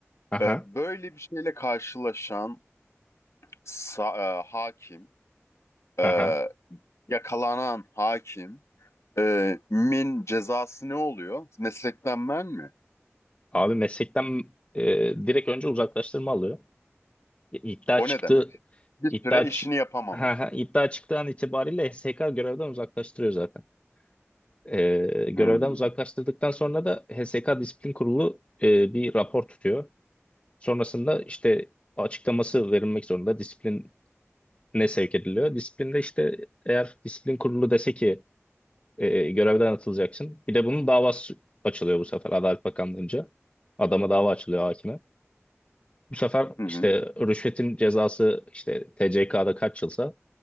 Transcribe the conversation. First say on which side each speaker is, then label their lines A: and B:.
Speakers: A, on the left; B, on the left.
A: Aha.
B: Ee, böyle bir şeyle karşılaşan sa- e, hakim, e,
A: Aha.
B: yakalanan hakim e, min cezası ne oluyor? Meslekten men mi?
A: Abi meslekten e, direkt önce uzaklaştırma alıyor. İddia
B: O
A: çıktı
B: ne demek? Bir
A: iddia
B: süre işini
A: çık
B: yapamama.
A: ha, ha, iddia çıktığı an itibariyle HSK görevden uzaklaştırıyor zaten. E, görevden
B: Hmm.
A: uzaklaştırdıktan sonra da HSK Disiplin Kurulu e, bir rapor tutuyor. Sonrasında işte açıklaması verilmek zorunda disipline sevk ediliyor. Disiplinde işte eğer disiplin kurulu dese ki e, görevden atılacaksın. Bir de bunun davası açılıyor bu sefer Adalet Bakanlığı'nca. Adama dava açılıyor hakime. Bu sefer
B: Hı hı.
A: işte rüşvetin cezası işte TCK'da kaç yılsa